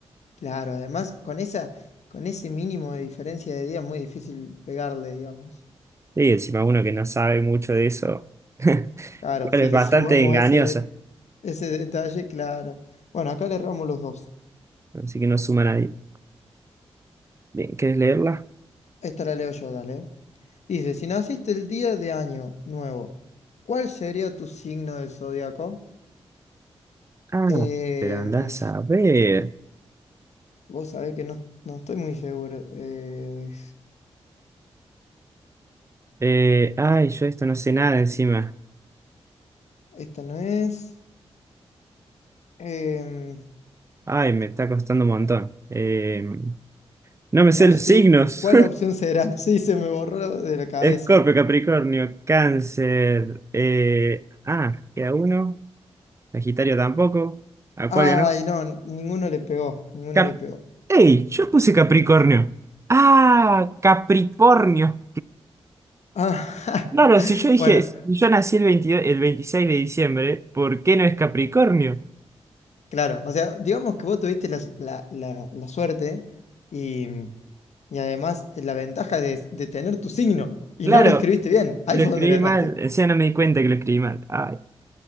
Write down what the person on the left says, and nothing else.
Claro, además, con esa, con ese mínimo de diferencia de días, es muy difícil pegarle, digamos.
Claro,
si
le
sumamos
ese, de- ese detalle, claro. Bueno, acá le erramos los dos.
Esta la leo yo, dale. Dice, si naciste el día de año nuevo, ¿cuál sería tu signo del zodiaco?
Eh,
Vos sabés que no, no estoy muy seguro. Eh,
esta no es. Em,
no
sé
cuál opción será. <laughs> Sí, se me borró de
la cabeza.
Ay,
no, n- ninguno le pegó. Ninguno
le pegó.
Ah,
<laughs>
bueno,
claro. O sea, digamos que vos tuviste la, la- la- la suerte y, mm, y además eh, la ventaja de, de tener tu signo y
no lo escribiste bien. Ahí
fue
donde le erraste.